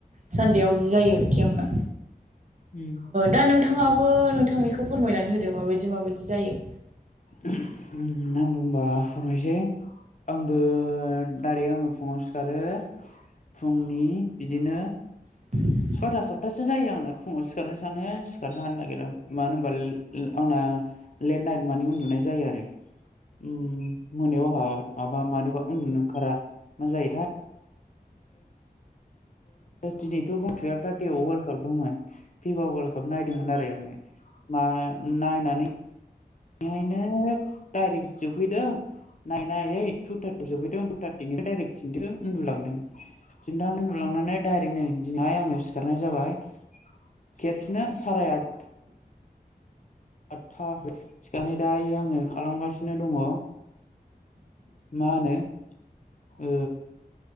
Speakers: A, on the right; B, on the left.
A: सानदेआव बिदि जायो आरोखि आंना।
B: उम
A: दा नोंथाङाबो नोंथांनिखौ फोरमायनानै होदो माबायदि माबायदि जायो।
B: आंबो होनबा फोरमायसै। आंबो दाइरेक्ट आङो फुङाव सिखारो फुंनि बिदिनो
A: <inaudible>
B: सयथा सातथासो जायो आंना फुङाव सिखारनो सानो सिखारनो हानो नागिरा मानो होनबा आंना लेट नाइट माने उन्दुनाय जायो आरो उ मोनायावहा माबा मानोबा उन्दुनो ओंखारा मा जायोथाय दिनैथ' थुवेल थार्टियाव वार्ल्ड काप दंमोन फिफा वार्ल्ड काप नायदोंमोन आरो आङो मा नायनानै बेहायनो डाइरेक्ट जोबहैदों नाय नायै टु थार्टियाव सोबहैदों टु थार्टिनिफ्राय डाइरेक्ट थिनथायाव उन्दुलांदों। थिन्थायाव उन्दुलांनानै डाइरेक्ट नाय दिनैहाय आङो सिखारनाय जाबाय खेबसेनो साराय आट आदथा सिखारनानै दायो आङो खालामगासिनो दङ' मा होनो ओ